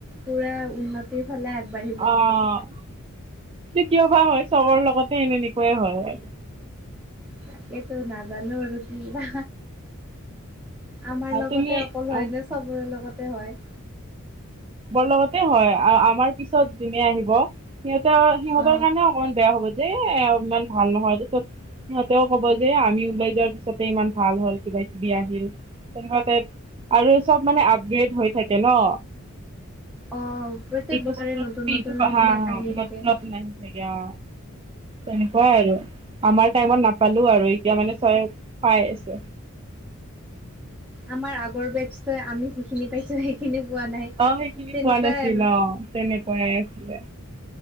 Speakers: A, in the centre; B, on the right (about 25°).
A: পুৰা উন্নতিৰ ফালে আগবাঢ়ি
B: অ' কিয় বা হয়, চবৰ লগতে এনেনেকুৱাই হয়।
A: তাকেটো নাজানো আৰু কি বা। আমাৰ লগতে
B: তুমি
A: অকল হয়
B: অ
A: নে, চবৰে লগতে হয়।
B: চবৰ লগতে হয় আৰু আমাৰ পিছত জোনে আহিব, সিহঁতে সিহঁতৰ
A: অ
B: কাৰণেও অকমান বেয়া হ'ব যে, ইমান ভাল নহয় পিছত সিহঁতেও ক'ব যে আমি ওলাই যোৱাৰ পিছতে ইমান ভাল হ'ল কিবা কিবি আহিল, তেনেকুৱা টাইপ আৰু চব মানে আপগ্ৰেড হৈ থাকে ন'।
A: অ' প্ৰত্যেক
B: এইটো
A: বছৰে
B: বছৰত
A: নতুন
B: তুমি
A: নতুন
B: এইটো
A: এইবিলাক
B: হা হা
A: আহিয়ে
B: নতুন
A: থাকে।
B: <unintelligible> অ' তেনেকুৱাই আৰু আমাৰ টাইমত নাপালোঁ আৰু এতিয়া মানে চব পাই আছে।
A: আমাৰ আগৰ বেছটোই আমি যিখিনি পাইছো সেইখিনি পোৱা নাই।
B: অ', সেইখিনি
A: তেনেকুৱাই
B: পোৱা নাছিল
A: আৰু
B: অ', তেনেকুৱাই আছিলে।